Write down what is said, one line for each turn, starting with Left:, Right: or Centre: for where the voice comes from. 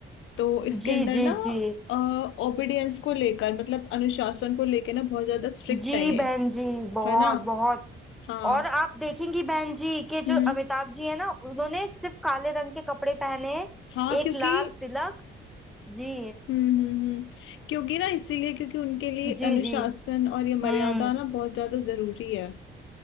Left: तो इसके
Centre: जी
Left: अंदर
Centre: जी
Left: ना
Centre: जी
Left: ओबीडियंस को लेकर मतलब अनुशासन को लेकर ना बहुत ज्यादा स्ट्रिक्ट
Centre: जी
Left: है ये
Centre: बहन जी बहुत
Left: है ना
Centre: बहुत
Left: हाँ
Centre: और आप देखेंगी बहन जी के
Left: हम्म
Centre: जो अमिताभ जी है ना उन्होंने सिर्फ काले रंग के कपड़े पहने हैं,
Left: हाँ
Centre: एक
Left: क्योंकि
Centre: लाल तिलक जी
Left: हम्म हम्म हम्म क्योंकि ना इसीलिए क्योंकि उनके लिए
Centre: जी
Left: अनुशासन
Centre: जी
Left: और ये मर्यादा
Centre: हम्म
Left: ना बहुत ज्यादा जरूरी है